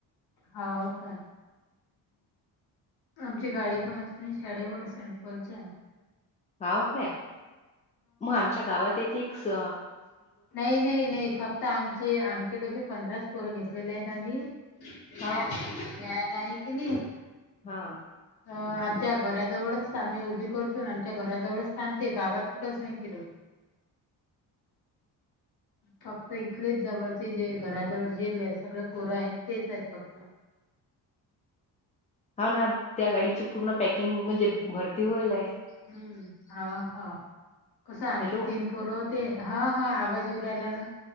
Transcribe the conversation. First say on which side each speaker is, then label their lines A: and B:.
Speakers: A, on the left; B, on the left.
A: हा हो का आमची गाडी पण असते शाळे वर सेंट्रॉलच्या
B: गाव ह मग आमच्या गावात येथे श
A: नाही नाही नाही फक्त आमचे आमचे कसे पंधराच पोर घेतलेले आहेत आम्ही प्याला
B: हाव काय
A: आहे की नाही
B: हा
A: अ आमच्या घराजवळच आम्ही उभी करतो न आमच्या घराजवळच थांबते गावात कुठंच नाही फिरत
B: <unintelligible>
A: फक्त इथलेच जवळचे जे घराजवळ जे सगळे पोरं आहेत तेच आहेत फक्त
B: <unintelligible> त्या गाडीची पूर्ण पॅकिंग म्हणजे भरती होईल आहे
A: हम्म हा हा कसं आमचे
B: हॅलो.
A: तीन पोर होते हा हा आवाज येऊरा आला ना